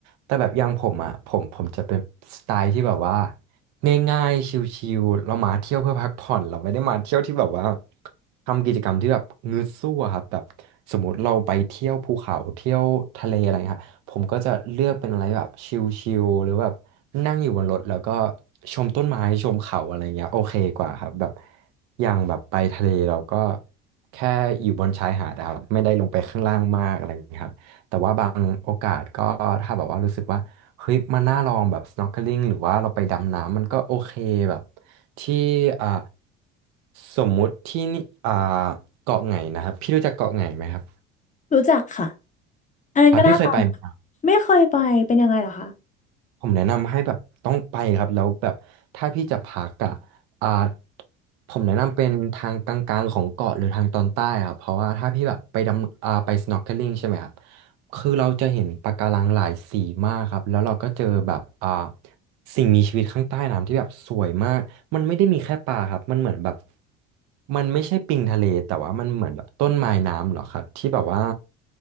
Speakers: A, on the right; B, on the left.
A: แต่แบบอย่างผมอ่ะผมผมจะเป็นสไตล์ที่แบบว่าง่ายๆชิลๆเรามาเที่ยวเพื่อพักผ่อนเราไม่ได้มาเที่ยวที่แบบว่าทำกิจกรรมที่แบบงึดสู้อะครับแบบสมมติเราไปเที่ยวภูเขาเที่ยวทะเลอะไรครับผมก็จะเลือกเป็นอะไรแบบชิลๆหรือแบบนั่งอยู่บนรถแล้วก็ชมต้นไม้ชมเขาอะไรเงี้ยโอเคกว่าครับแบบอย่างแบบไปทะเลเราก็แค่อยู่บนชายหาดอะครับไม่ได้ลงไปข้างล่างมากอะไรเงี้ยครับ แต่ว่าบางโอกาสก็ถ้าแบบว่ารู้สึกว่าเฮ้ยมันน่าลองแบบ snorkeling หรือว่าเราไปดำน้ำมันก็โอเคแบบที่อ่าสมมุติที่นี่อ่าเกาะไหนนะครับพี่รู้จักเกาะไหนไหมครับ
B: รู้จักค่ะ อันนั้นก็น่าไปนะไม่เคยไปเป็นยังไงเหรอคะ
A: อ่าพี่เคยไปไหม ผมแนะนำให้แบบต้องไปครับแล้วแบบถ้าพี่จะพักอ่ะอ่าผมแนะนำเป็นทางกลางๆของเกาะหรือทางตอนใต้ครับเพราะว่าถ้าพี่แบบไปดำอ่าไป snorkeling ใช่ไหมครับคือเราจะเห็นปะการังหลายสีมากครับแล้วเราก็เจอแบบอ่าสิ่งมีชีวิตข้างใต้น้ำที่แบบสวยมากมันไม่ได้มีแค่ปลาครับมันเหมือนแบบมันไม่ใช่ปิงทะเลแต่ว่ามันเหมือนแบบต้นไม้น้ำเหรอครับที่แบบว่า